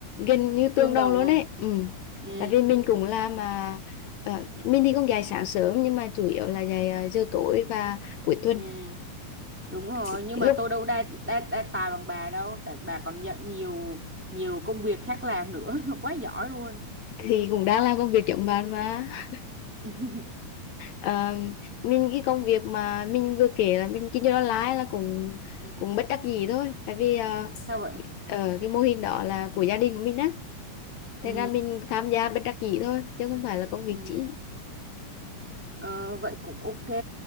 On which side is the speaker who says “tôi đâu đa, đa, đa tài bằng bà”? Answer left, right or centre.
Centre